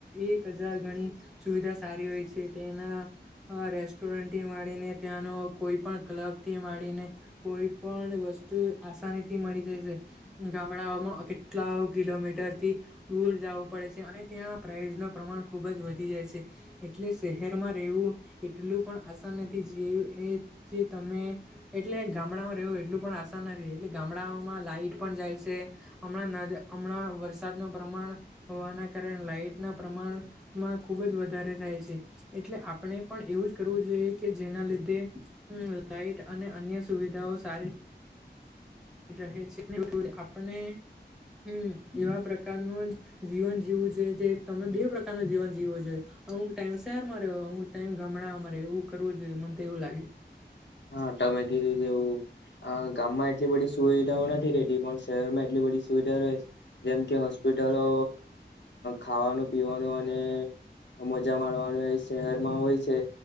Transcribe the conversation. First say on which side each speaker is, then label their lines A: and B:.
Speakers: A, in the centre; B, on the left.
A: એક હજાર ગણી સુવિધા સારી હોય છે તેના હા રેસ્ટોરન્ટથી વાળીને ત્યાંનો કોઈ પણ ક્લબ થી માંડીને કોઈ પણ વસ્તુ આસાની થી મળી જ છે ગામડાઓ કેટલા કિલોમીટરથી દૂર જવું પડે છે અને ત્યાં પ્રઇસ ન પ્રમાણ ખુબ જ વધી. જાય છે એટલે શહેરમાં રહેવું એટલું પણ આસાન નથી જે એ જે તમે એટલે ગામડામાં રેવું એટલું પણ આશા નથી એટલે ગામડામાં લાઈટ પણ જાય છે. હ હમણાં વરસાદ ન પ્રમાણ હોવાના કારણે લાઈટ ના પ્રમાણ ખુબ જ વધારે થાય છે એટલે આપણે પણ એવું જ કરવું જોઈએ કે જેના લીધે હમ લાાઈટ અને અન્ય સુવિધાઓ સારી રહે છે <unintelligible> આપને હમ્મ એવા પ્રકાર નુ જ જીવન જીવું જે રીતે તમે બે પ્રકાર ન જીવન જીવુ જોઈએ અમુક ટાઈમ શહેરમાં રહ્યો અમુક ટાઈમ ગામડા રેવુ કરવું જોઈએ મને તો એવું લાગે.
B: હા ટામે કીડુ તેવુ આ ગામમાં એટલી બધી સુવિધાઓ નથી રેતી પણ શહેરમાં એટલી બધી સુવિધા રહે જેમ કે હોસ પીટલો ખાવાનું પીવાનું અને મજા માણવાનું એ શહેરમાં હોય છે